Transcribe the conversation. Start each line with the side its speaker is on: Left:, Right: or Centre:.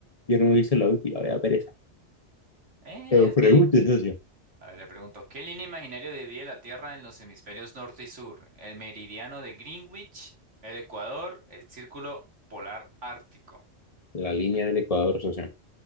Left: Yo no lo hice la última, vea pereza.
Right: Eh,
Left: Pero
Right: es
Left: pregunte,
Right: me.
Left: socio.
Right: A ver, le pregunto, ¿qué línea imaginaria divide la Tierra en los hemisferios norte y sur? ¿El meridiano de Greenwich, el Ecuador, el círculo polar ártico?
Left: La línea del Ecuador, socio.